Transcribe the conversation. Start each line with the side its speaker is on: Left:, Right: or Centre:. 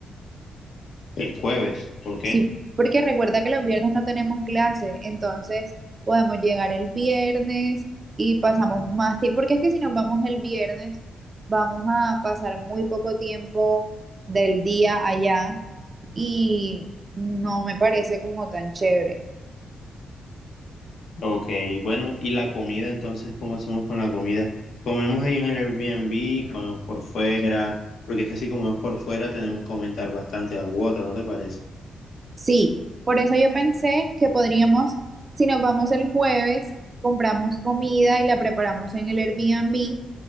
Left: el jueves, ¿por qué?
Right: Sí, porque recuerda que los viernes no tenemos clase, entonces podemos llegar el viernes y pasamos más tiempo, porque es que si nos vamos el viernes, vamos a pasar muy poco tiempo del día allá y no me parece como tan chévere.
Left: Ok, bueno, y la comida, entonces, ¿cómo hacemos con la comida? Comemos ahí en el Airbnb, comemos por fuera, porque es que si comemos por fuera tenemos que aumentar bastante la cuota, ¿no te parece?
Right: Sí, por eso yo pensé que podríamos, si nos vamos el jueves, compramos comida y la preparamos en el Airbnb